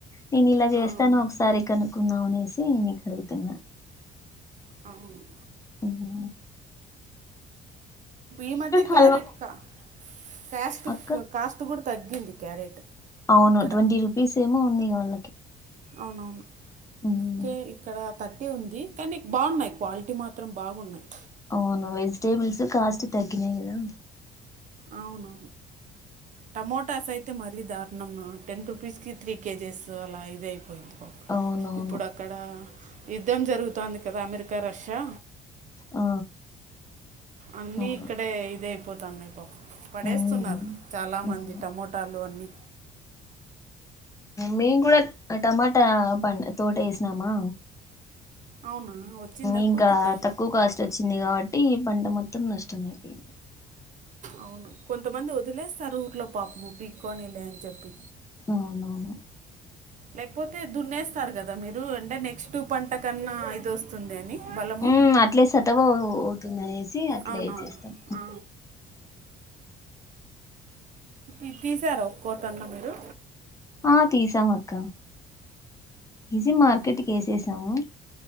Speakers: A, on the left (about 20°); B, on the right (about 45°).
A: నేను ఇలా చేస్తాను
B: ఆ,
A: ఒకసారి కనుక్కుందాం అనేసి నీకు అడుగుతున్నా
B: అవును
A: ఉహూ
B: ఈ మధ్య
A: హల్వా
B: క్యారెట్ క క్యాస్ట్
A: అక్క
B: కాస్ట్ గూడ తగ్గింది క్యారెట్
A: అవును
B: ఇక్కడ
A: ట్వంటీ రుపీస్ ఏమో ఉంది ఇవాళ
B: అవునవును
A: ఉమ్,
B: కేర్ ఇక్కడ ఉంది కానీ బాన్నాయి క్వాలిటీ మాత్రం బాగున్నాయి
A: అవును వెజిటేబుల్స్ కాస్ట్ తగ్గినయ్ గదా
B: అవును టమోటాస్ మరీ దారుణం టెన్ రూపీస్కి త్రీ కేజెస్ అలా ఇదియిపోయింది
A: అవునవును
B: ఇప్పుడక్కడ యుద్ధం జరుగుతాంది కదా అమెరికా రష్యా
A: ఆ
B: అన్నీ
A: అవును
B: ఇక్కడే ఇద అయిపోతాన్నాయి పాపం పడేస్తున్నారు
A: ఉమ్,
B: చాలా
A: అవును
B: మంది టమోటాలు అన్ని
A: మేమ్ కూడా టమాటా ప తోట వేసినమా
B: అవునా వచ్చిందా
A: ఇంకా
B: కోతకి
A: తక్కువ కాస్ట్ వచ్చింది కాబట్టి పంట మొత్తం నష్టం అయిపోయింది
B: అవును కొంతమంది వదిలేస్తారు ఊర్లో పాపము పీక్కోని లే అని చెప్పి
A: అవునవును
B: లేకపోతే దున్నేస్తారు కదా మీరు అంటే నెక్స్ట్ పంట కన్నా ఇది వస్తుంది అని బలము
A: ఉ అట్లే సతవ పోవుతుందనేసి అట్లేసేస్తాం
B: అవునవును ఆ. ఇ తీసారా ఒక్కోతన్న మీరు
A: ఆ తీసాం అక్క తీసి
B: ఆహా.
A: మార్కెట్కి వేసేసాము